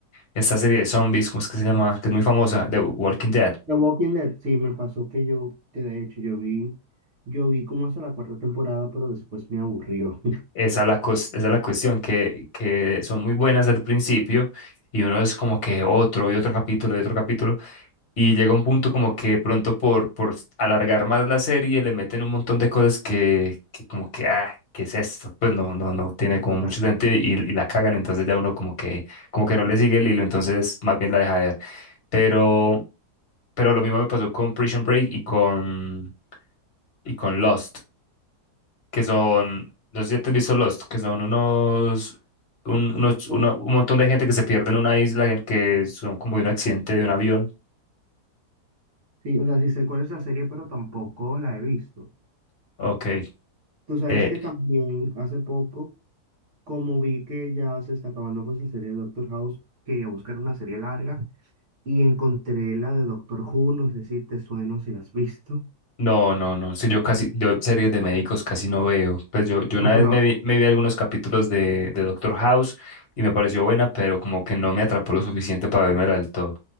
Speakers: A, on the left; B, on the right.
A: esta serie de zombies, ¿cómo es que se llama? Que es muy famosa, The Walking Dead.
B: The Walking Dead, sí, me pasó que yo, que de hecho yo vi, yo vi como hasta la cuarta temporada, pero después me aburrió. <laughs>
A: Esa es la, cos- esa es la cuestión, que, que son muy buenas al principio y uno es como que otro y otro capítulo y otro capítulo y llega un punto como que pronto por, por alargar más la serie le meten un montón de cosas que, que como que, ah, ¿qué es esto? Pues no, no, no tiene
B: Sí,
A: como
B: Total.
A: mucho sentido y, y la cagan, entonces ya uno como que, como que no le sigue el hilo, entonces más bien la deja de ver. Pero, pero lo mismo me pasó con Prison Break y con, y con Lost que son, no sé si te has visto Lost, que son unos, un, unos una-
B: No,
A: un montón de gente que se pierde en una isla, en que son como de un accidente de un avión.
B: sí, o sea, sí sé cuál es la serie, pero tampoco la he visto.
A: Ok.
B: Tú sabes
A: Eh,
B: que también hace poco, como vi que ya se está acabando pues la serie de Doctor House, quería buscar una serie larga y encontré la de Doctor Who, no sé si te suena, o si la has visto.
A: no, no, no. Sí, yo casi, yo series de médicos casi no veo. Pues yo, yo una
B: No, pero
A: vez me vi, me vi algunos capítulos de, de Doctor House y me pareció buena, pero como que no me atrapó lo suficiente para vérmela del todo.